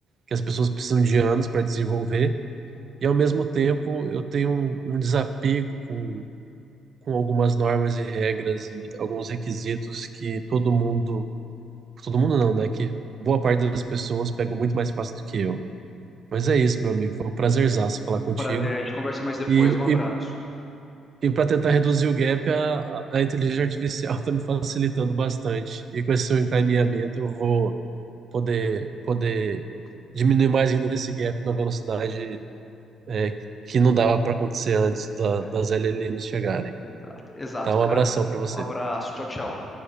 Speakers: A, on the right; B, on the left.
A: que as pessoas precisam de anos para desenvolver, e ao mesmo tempo eu tenho um, um desapego com, com algumas normas e regras e alguns requisitos que todo mundo Todo mundo não, né? Que boa parte das pessoas pegam muito mais fácil do que eu. Mas é isso, meu amigo. Foi um prazerzaço falar contigo.
B: Prazer, a gente conversa mais depois.
A: E,
B: Um abraço.
A: e, e para tentar reduzir o gap, a, a- a inteligência artificial <laughs> está me facilitando bastante. E com esse seu encaminhamento, eu vou poder, poder diminuir mais ainda esse gap na velocidade, é, que não dava para acontecer antes da-
B: É.
A: das LLMs chegarem.
B: Exato, exato,
A: Tá, um
B: cara.
A: abração para você.
B: Um abraço, tchau, tchau.